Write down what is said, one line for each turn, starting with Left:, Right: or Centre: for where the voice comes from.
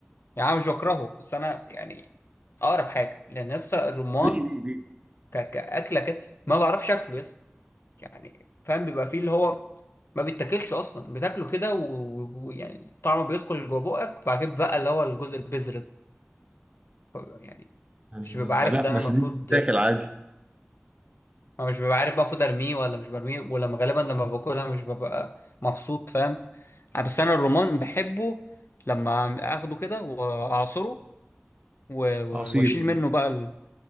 Left: يعني انا مش بكرهه بس انا يعني اقرب حاجه لان لسه الرمان
Right: ليه ليه
Left: ك- كاكله كده ما بعرفش اكله لسه يعني فاهم بيبقى فيه اللي هو ما بيتاكلش اصلا بتاكله كده و- ويعني طعمه بيدخل جوه بقك وبعد كده بقى اللي هو الجزء البذر ده ف- يعني
Right: آه،
Left: مش ببقى عارف
Right: لا
Left: ده
Right: بس
Left: انا المفروض
Right: دي بتتاكل عادي
Left: ما مش ببقى عارف بقى المفروض ارميه ولا مش برميه ولما غالبا لما باكلها مش ببقى مبسوط فاهم آه، بس انا الرمان بحبه لما اخده كده واعصره و- و-
Right: عصير
Left: واشيل منه بقى